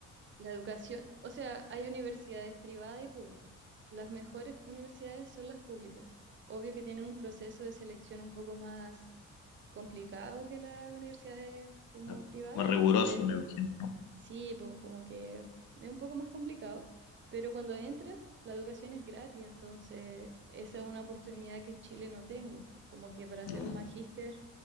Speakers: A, on the right (about 40°); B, on the left (about 80°).
A: La educación, o sea, hay universidades privadas y públicas. Las mejores universidades son las públicas. Obvio que tienen un proceso de selección un poco más complicado que las universidades como
B: Claro.
A: privadas,
B: Más riguroso,
A: pero
B: me imagino, ¿no?
A: Sí, pues como que es un poco más complicado, pero cuando entras, la educación es gratis, entonces esa es una oportunidad que en Chile no tengo. Como que para hacer
B: No.
A: un magíster,